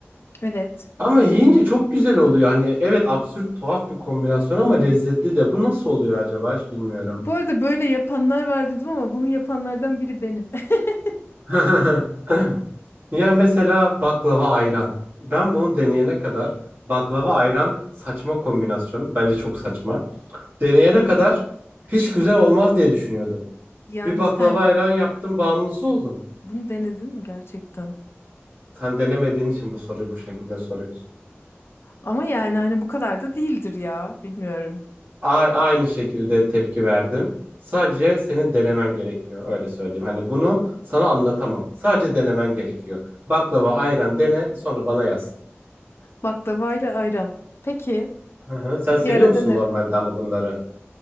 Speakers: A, on the left (about 60°); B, on the right (about 50°).
A: Evet.
B: Ama yiyince çok güzel oluyor. Hani evet absürt tuhaf bir kombinasyon ama lezzetli de. Bu nasıl oluyor acaba hiç bilmiyorum.
A: Bu arada böyle yapanlar var dedim ama bunu yapanlardan biri benim. <laughs>
B: <laughs> Ya mesela baklava ayran. Ben bunu deneyene kadar baklava ayran saçma kombinasyon. Bence çok saçma. Deneyene kadar hiç güzel olmaz diye düşünüyordum.
A: Yani
B: Bir baklava
A: sen
B: ayran yaptım bağımlısı oldum.
A: bunu denedin mi gerçekten?
B: Sen denemediğin için bu soruyu bu şekilde soruyorsun.
A: Ama yani hani bu kadar da değildir ya. Bilmiyorum.
B: A- aynı şekilde tepki verdim. Sadece senin denemen gerekiyor. Öyle söyleyeyim. Hani bunu sana anlatamam. Sadece denemen gerekiyor. Baklava, ayran dene, sonra bana yaz.
A: Baklavayla ayran. Peki.
B: Hı hı. Sen seviyor
A: Bir ara
B: musun
A: denerim.
B: normalde ama bunları?